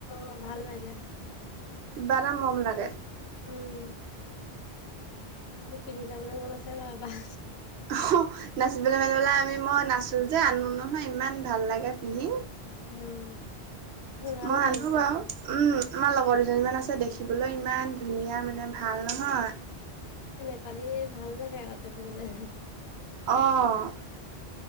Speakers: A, on the left; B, on the right.
A: অ ভাল লাগে।
B: কিবা এটা মৰম লাগে।
A: উম। মোৰ পিন্ধি যাবলৈ মন আছে বাৰু এবাৰ।
B: অহ নাচিবলৈ মেলিবলৈ আমি মই নাচো যে আনো নহয় ইমান ভাল লাগে পিন্ধি।
A: উম, ভাল
B: মই
A: লাগে
B: আনো
A: সঁচাকে
B: বাৰু। উম আমাৰ লগৰ দুজনীমান আছে দেখিবলৈও ইমান ধুনীয়া মানে ভাল নহয়।
A: অ' নেপালী ভাল লাগে আকৌ দেখিবলৈ।
B: অ'।